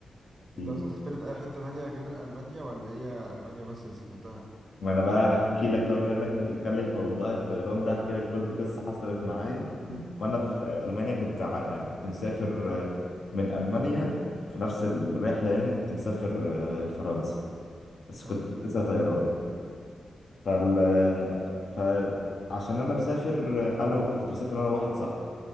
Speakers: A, on the right (about 45°); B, on the left (about 70°).
A: انت
B: اكيد
A: اصلا سافرت اي حته تانية غير المانيا ولا هي المانيا بس اللي سافرتها
B: ما انا بقى احكي لك بقى بما انك بتتكلم في موضوع الطيران ده احكي لك برضو قصه حصلت معايا وانا في المانيا كنت ع- كنت مسافر من المانيا في نفس الرحله يعني كنت مسافر فرنسا بس
A: حلو
B: كنت لسه طيران فال فعشان انا مسافر انا و- كنت مسافر انا وواحد صاحبي